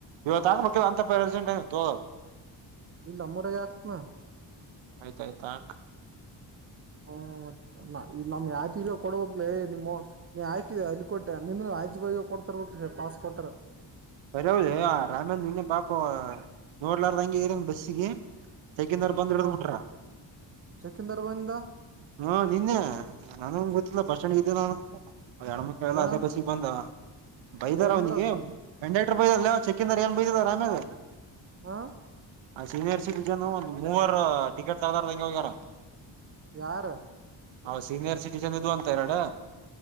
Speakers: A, on the right (about 80°); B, on the right (about 30°).
A: ಇವತ್ತುಾಕ್ ಮ ಅಂತಪ್ಪ ಜಂಟ ತೋಗೋಲ್
B: ಇಲ್ಲ ನಮ್ಮೂರಾಗ ಹಾಕ್ತನ
A: ಆಯ್ತ ಆಯ್ತಾ ಆಕ್
B: ಹ್ಮ ತ್ತ ಈ ನಮ್ ಯಾಜ ಕೊಡಬಕ್ಲ ನಿಮ್ಮ ನೀ ಹಾಕಿದೆ ಅಲ್ಲಿ ಕೊಟ್ಟೆ ನಿ ಆಜಿ ಬಾಗ ಕೊ ತರ್ಬೇಕ ಪಾಸ್ಪೋರ್ಟ್ರ್
A: ಬರಿ ಹೌದ ರಾಮೇಂದ ನಿಂ ಪಾಪ ನೋಡ್ಲಾರ ಹಂಗೆ ಇರನ್ ಬಸ್ಸಿಗೆ. ಚೆಕಿಂಗ್ ನವರು ಬಂದ್ ಹಿಡದ್
B: ಹ
A: ಬಿಟ್ರ.
B: ಸೆಕೆಂದರ್ ಬಂದ
A: ಹಾ ನಿನ್ನೆ ನಾ <unintelligible> ಲ್ಲ ಬಸ್ ಸ್ಟ್ಯಾಂಡ್ ಇದ್ದೇ ನ ಎಣ್ಮಕ್ಕಳಲ್ಲ
B: ಏನಂದ
A: ಅದೇ ಬಸ್ಗೆ ಬಂದ ಬೈದಾರ
B: ಏನಂದ್ರಂತ
A: ಅವನಿಗೆ ಇಂಡಕ್ಟರ್ ಬೈದಲ್ಲ ಚೆಕಿಂಗ್ ರ ಏನ್ ಬೈದ ಅರಾಮ್ಯಾಗ
B: ಹಾ
A: ಆ ಸೀನಿಯರ್ ಸಿಟಿಜನ್ ಒಂದ್ ಮೂವರ್ ಟಿಕೆಟ್ ತಗಾರ ಹಂಗಗೆ ಹೋಗ್ಯಾರ
B: ಯಾರು
A: ಹಾ ಸೀನಿಯರ್ ಸಿಟಿಜನ್ ಇದು ಅಂತ ಎರಡು